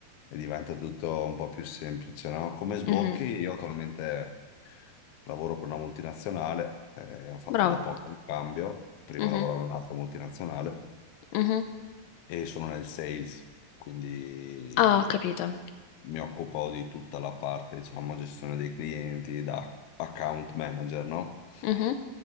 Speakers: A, on the left; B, on the left.
A: e diventa tutto un po' più semplice, no? Come sbocchi,
B: Mh-mh.
A: io attualmente lavoro per una multinazionale, eh, ho fatto
B: Brava.
A: da poco un cambio, prima
B: Mh-mh.
A: lavoravo in un'altra multinazionale
B: Mh-mh.
A: e sono nel sales, quindi
B: Ah, ho capito.
A: mi occupo di tutta la parte, diciamo, gestione dei clienti da account manager, no?
B: Mh-mh.